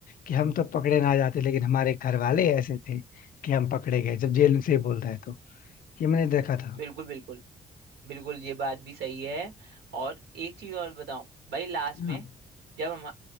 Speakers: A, on the left; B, on the right.
A: कि हम तो पकड़े ना जाते लेकिन हमारे घर वाले ऐसे थे कि हम पकड़े गए जब जेल से बोलता है तो ये मैंने देखा था
B: बिल्कुल बिल्कुल बिल्कुल ये बात भी सही है और एक चीज और बताऊं भाई लास्ट
A: हाँ
B: में जब हम